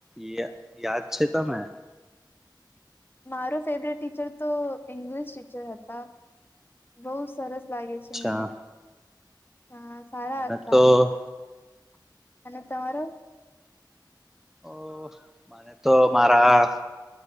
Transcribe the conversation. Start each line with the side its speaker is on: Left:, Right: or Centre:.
Centre: યા-યાદ છે તમે?
Left: મારો ફેવરેટ ટીચર તો ઇંગ્લિશ ટીચર હતા. બોઉ સરસ લાગે
Centre: અચ્છા
Left: છે મને. હા, સારા
Centre: મને
Left: હતા.
Centre: તો
Left: અને તમારો?
Centre: ઓ મને તો મારા